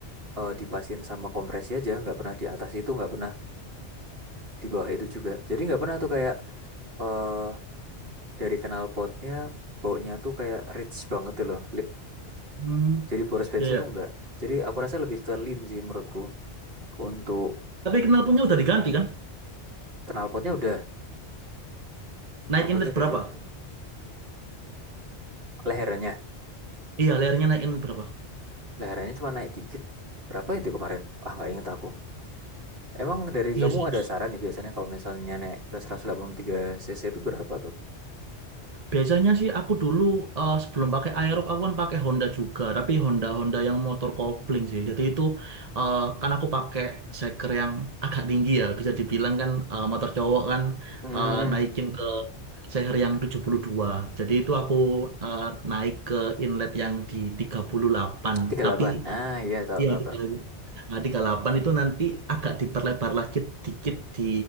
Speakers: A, on the right; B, on the right.
A: eh, dipasin sama kompresi aja, nggak pernah di atas itu, nggak pernah di bawah itu juga. Jadi nggak pernah tuh kayak eh dari knalpotnya baunya tuh kayak rich banget tuh loh.
B: hmm.
A: Jadi boros bensin
B: Ya, ya.
A: tuh nggak. Jadi aku rasa lebih ke lean sih menurutku. Untuk
B: Tapi knalpotnya udah diganti kan?
A: knalpotnya udah,
B: Naik
A: knalpotnya
B: inlet
A: udah
B: berapa?
A: udah lehernya.
B: Iya, layarnya naik inlet berapa?
A: Lehernya cuma naik dikit. Berapa itu kemarin? Ah, nggak inget aku. Emang dari
B: Iya
A: kamu
B: sih. Terus,
A: ada saran nih biasanya kalau misalnya naik ke 183 cc itu berapa tuh?
B: Biasanya sih aku dulu eh, sebelum pakai Aerox aku kan pakai Honda juga, tapi Honda Honda yang motor kopling sih. Jadi itu eh, kan aku pakai seker yang <laughs> agak tinggi ya, bisa dibilang kan eh, motor cowok kan
A: Hmm,
B: eh, naikin ke seher yang 72. Jadi itu aku eh, naik ke inlet yang di 38.
A: tiga puluh
B: tapi
A: delapan. Nah, iya tahu
B: Iya,
A: tahu
B: di
A: tahu.
B: Kalapan. Nah, di Kalapan itu nanti agak diperlebar lagi dikit di